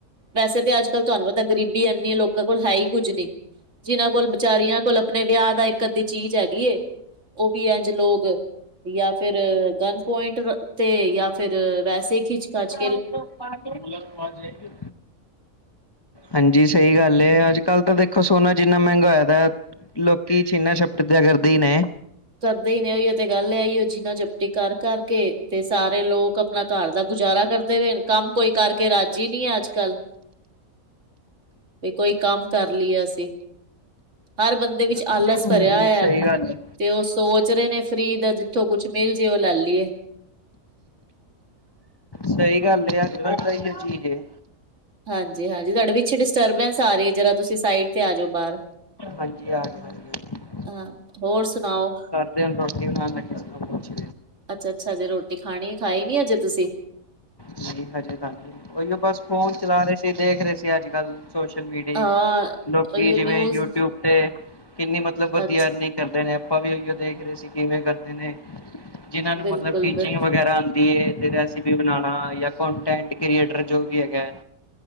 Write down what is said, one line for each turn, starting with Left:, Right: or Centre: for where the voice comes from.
Right: ਵੈਸੇ ਤੇ ਅੱਜ -ਕੱਲ੍ਹ ਤੁਹਾਨੂੰ ਪਤਾ ਗਰੀਬੀ ਇੰਨੀ ਅ ਲੋਕਾਂ ਕੋਲ ਹੈ ਹੀ ਕੁੱਝ ਨਹੀਂ, ਜਿਨਾਂ ਕੋਲ ਬਚਾਰੀਆਂ ਕੋਲ ਨਹੀ, ਵਿਆਹ ਦਾ ਇੱਕ -ਅੱਧੀ ਚੀਜ਼ ਹੈਗੀ ਏ ਉਹ ਵੀ ਏੰਜ ਲੋਗ, ਯਾ ਫਿਰ ਗਨਸ ਪੁਆਇੰਟ ਰ ਤੇ ਯਾ ਫਿਰ ਵੈਸੇ ਖਿੱਚ ਖਾਚ
Left: <unintelligible> ਹਮ ਮੁਲਾ ਕੇ ਪਾਸ ਜਾਏਂਗੇ? ਹਾਂਜੀ ਸਹੀ ਗੱਲ ਹੈ, ਅੱਜ ਕੱਲ ਤਾਂ ਦੇਖੋ ਸੋਨਾ ਜਿੰਨਾ ਮਹਿੰਗਾ ਹੋਇਆ ਪਿਆ। ਲੋਕੀ ਛੀਨਾ ਛਪਟ ਜੇਆ ਕਰਦੇ ਈ ਨੇ।
Right: ਕਰਦੇ ਹੀ ਨੇ ਓਹੀਓ ਤੇ ਗੱਲ ਹੈ ਉਹ ਸ਼ੀਨਾ ਚਪਟੀ। ਕਰ ਕਰਕੇ ਤੇ ਸਾਰੇ ਲੋਕ ਆਪਣਾ ਘਰ ਦਾ ਗੁਜ਼ਾਰਾ ਕਰਦੇ ਹੋਏ ਕੰਮ ਕੋਈ ਕਰਕੇ। ਕੇ ਰੱਜ ਹੀ ਨਹੀਂ ਅੱਜ ਕੱਲ੍ਹ। ਵੀ ਕੋਈ ਕੰਮ ਕਰ ਲਈਏ ਅਸੀਂ, ਹਰ ਬੰਦੇ ਵਿੱਚ ਆਲਸ
Left: ਹੂੰ,
Right: ਭਰਿਆ ਹੋਆ
Left: ਸਹੀ
Right: ਐ।
Left: ਗੱਲ ਏ।
Right: ਤੇ ਉਹ ਸੋਚ ਰਏ ਨੇ, ਫਰੀ ਦਾ ਜਿੱਥੋਂ ਕੁਛ ਮਿਲ ਜੇ ਉਹ ਲੈ ਲਈਏ।
Left: ਸਈ ਗੱਲ ਏ, ਅਜ ਕਲ ਏਈਓ ਚੀਜ਼ ਏ।
Right: ਹਾਂਜੀ-ਹਾਂਜੀ ਤੁਹਾਡੇ ਪਿੱਛੇ ਡਿਸਟਰਬੈਂਸ ਆ ਰਈ ਏ, ਜਰਾ ਤੁਸੀਂ ਸਾਈਡ ਤੇ ਆ ਜਾਓ ਬਾਰ।
Left: ਹਾਂਜੀ ਆ <unintelligible>
Right: ਹਾਂ ਹੋਰ ਸੁਣਾਓ?
Left: ਤੇ ਹੁਣ ਰੋਟੀ ਖਾਣ ਲੱਗਾ ਸੀ ਕੁੱਛ।
Right: ਅੱਛਾ ਅੱਛਾ ਜੇ ਰੋਟੀ ਖਾਣੀ ਖਾਈ ਨੀ ਅਜੇ ਤੁਸੀਂ?
Left: ਨਹੀਂ ਹਜੇ ਗ ਉਹੀਓ ਬਸ ਫੋਨ ਚਲਾ ਰਹੇ ਸੀ ਦੇਖ ਰਹੇ ਸੀ ਅੱਜ ਕੱਲ। ਸੋਸ਼ਲ ਮੀਡੀਆ ਹੀ
Right: ਹਾਂ
Left: ਲੋਕ
Right: ਉਹੀਓ
Left: ਜਿਵੇਂ
Right: ਨਿਊਜ਼
Left: ਯੂਟਿਊਬ 'ਤੇ ਕਿੰਨੀ ਮਤਲਬ ਵਰਧਆਨੀ
Right: ਅੱਛਾ
Left: ਕਰਦੇ ਨੇ ਆਪਾਂ ਵੀ ਉਹੀਓ ਦੇਖ ਰਹੇ ਸੀ ਕਿਵੇਂ ਕਰਦੇ ਨੇ ਜਿਨਾਂ ਨੂੰ
Right: ਬਿਲਕੁਲ
Left: ਮਤਲਬ ਟੀਚਿੰਗ
Right: ਬਿਲ
Left: ਵਗੈਰਾ ਰੈਸਪੀ ਬਣਾ ਜਾਂਟਟ ਕ੍ਰੀਏਟਰ ਜੋ ਵੀ ਹੈਗਾ।